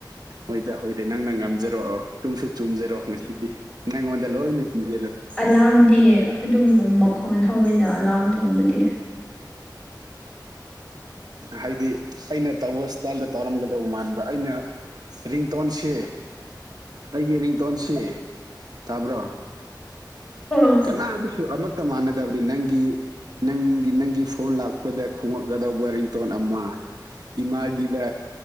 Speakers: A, on the right (about 60°); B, on the left (about 15°).
A: ꯍꯣꯏꯗ ꯍꯣꯏꯗ ꯅꯪꯅ ꯉꯝꯖꯔꯣ ꯆꯨꯝꯁꯨ ꯆꯨꯝꯖꯔꯣ ꯉꯁꯤꯗꯤ ꯅꯪꯉꯣꯟꯗ ꯂꯣꯏꯅ ꯄꯤꯒꯦꯅꯦ
B: ꯑꯂꯥꯝꯗꯤ ꯑꯗꯨꯝ ꯃꯈꯣꯟ ꯍꯧꯋꯦꯅ ꯑꯂꯥꯝ ꯊꯣꯡꯕꯗꯤ
A: ꯍꯥꯏꯗꯤ ꯑꯩꯅ ꯇꯧꯕ ꯏꯁꯇꯥꯏꯜꯗ ꯇꯧꯔꯝꯒꯗꯧꯕ ꯃꯥꯟꯕ ꯑꯩꯅ ꯔꯤꯡꯇꯣꯟꯁꯦ ꯑꯩꯒꯤ ꯔꯤꯡꯇꯣꯟꯁꯦ ꯇꯥꯕ꯭ꯔꯣ
B: ꯑ
A: ꯑꯥ ꯑꯗꯨꯁꯨ ꯑꯃꯠꯇ ꯃꯥꯟꯅꯗꯕꯅꯤ ꯅꯪꯒꯤ ꯅꯪꯒꯤ ꯅꯪꯒꯤ ꯐꯣꯟ ꯂꯥꯛꯄꯗ ꯈꯣꯡꯉꯛ ꯅꯗꯧꯕ ꯔꯤꯡꯇꯣꯟ ꯑꯃꯥ ꯏꯃꯥꯒꯤꯗ